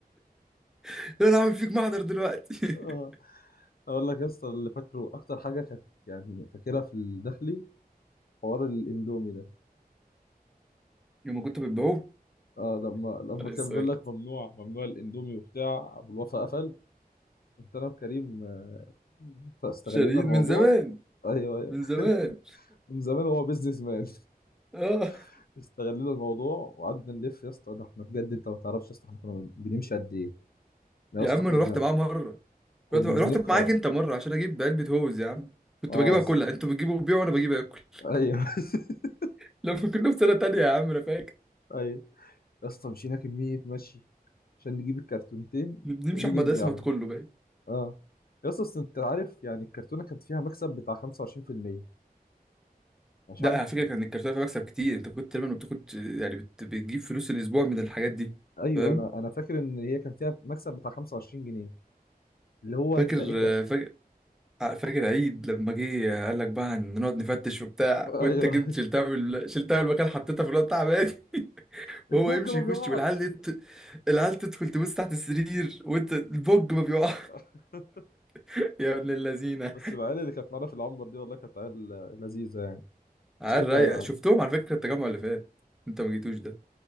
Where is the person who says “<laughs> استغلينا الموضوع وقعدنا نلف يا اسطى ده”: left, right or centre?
Left